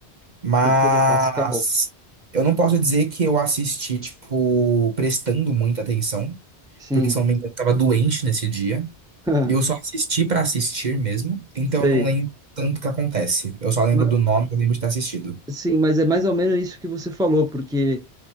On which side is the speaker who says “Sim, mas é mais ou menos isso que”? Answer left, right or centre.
Centre